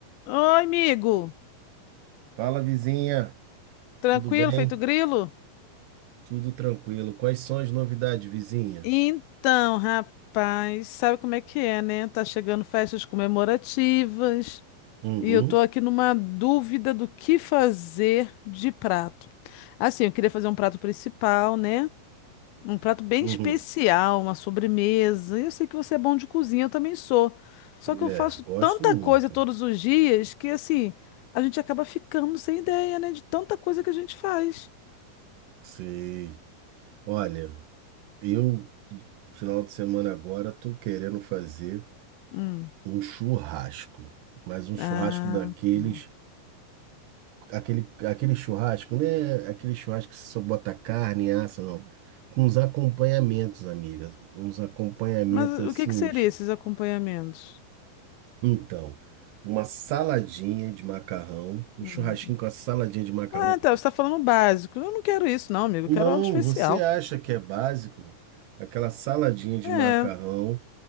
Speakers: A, on the left; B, on the right.
A: Oi, amigo.
B: Fala, vizinha.
A: Tranquilo,
B: Tudo bem?
A: feito grilo?
B: Tudo tranquilo. Quais são as novidades, vizinha?
A: Então, rapaz, sabe como é que é, né? Tá chegando festas comemorativas
B: Uhum,
A: e eu tô aqui numa dúvida do que fazer de prato. Assim, eu queria fazer um prato principal, né? Um prato bem
B: uhum.
A: especial, uma sobremesa. Eu sei que você é bom de cozinha, eu também sou. Só que eu
B: É,
A: faço
B: gosto
A: tanta
B: muito.
A: coisa todos os dias que, assim, a gente acaba ficando sem ideia, né? De tanta coisa que a gente faz.
B: Sei. Olha, eu, final de semana agora, tô querendo fazer
A: Hum.
B: um churrasco. Mas um churrasco
A: Ah,
B: daqueles.
A: tá.
B: Aquele, aquele churrasco, né? Aquele churrasco que você só bota carne, assa, não. Com uns acompanhamentos, amiga. Uns acompanhamentos
A: Mas o
B: assim.
A: que que seria esses acompanhamentos?
B: Então, uma saladinha de macarrão, um
A: Hum.
B: churrasquinho com a saladinha de macarrão.
A: Ah, tá. Você está falando o básico. Eu não quero isso, não, amigo.
B: Não,
A: Eu quero algo especial.
B: você acha que é básico? Aquela saladinha de
A: É,
B: macarrão.